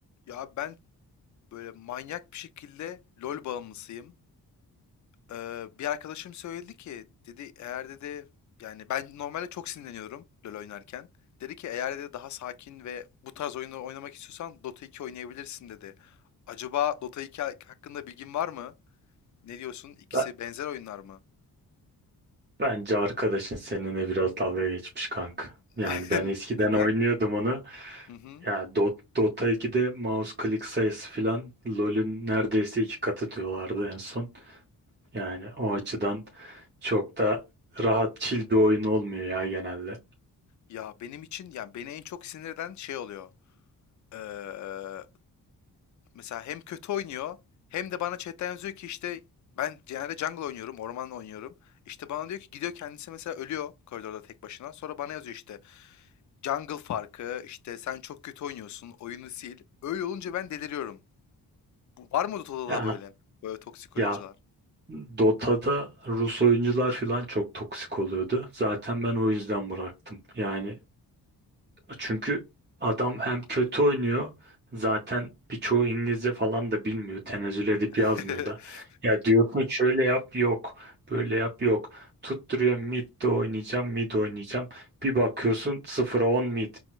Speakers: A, on the left; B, on the right.
A: Ya ben böyle manyak bir şekilde LoL bağımlısıyım. Ee, bir arkadaşım söyledi ki dedi eğer dedi yani ben normalde çok sinirleniyorum LoL oynarken. Dedi ki eğer dedi daha sakin ve bu tarz oyunları oynamak istiyorsan Dota 2 oynayabilirsin dedi. Acaba Dota 2 ha- hakkında bilgin var mı? Ne diyorsun? İkisi
B: Ben,
A: benzer oyunlar mı?
B: bence arkadaşın seninle biraz dalga geçmiş kanka. Yani
A: <laughs>
B: ben eskiden
A: Neden?
B: oynuyordum onu.
A: Hı hı.
B: Yani Dot, Dota 2'de mouse click sayısı filan LoL'ün neredeyse iki katı diyorlardı en son. Yani o açıdan çok da rahat chill bir oyun olmuyor ya genelde.
A: Ya benim için yani beni en çok sinir eden şey oluyor. Ee, mesela hem kötü oynuyor hem de bana chatten yazıyor ki işte ben genelde jungle oynuyorum, ormanla oynuyorum. İşte bana diyor ki gidiyor kendisi mesela ölüyor koridorda tek başına. Sonra bana yazıyor işte jungle farkı, işte sen çok kötü oynuyorsun, oyunu sil. Öyle olunca ben deliriyorum. Bu- Var mı Dota'da
B: Ya,
A: da böyle? Böyle toksik
B: ya
A: oyuncular.
B: Dota'da Rus oyuncular filan çok toksik oluyordu. Zaten ben o yüzden bıraktım. Yani Çünkü adam hem kötü oynuyor zaten birçoğu İngilizce falan da bilmiyor. Tenezzül edip
A: <laughs>
B: yazmıyor da. Ya diyorsun şöyle yap yok. Böyle yap yok. Tutturuyor mid de oynayacağım mid oynayacağım. Bir bakıyorsun 0'a 10 mid.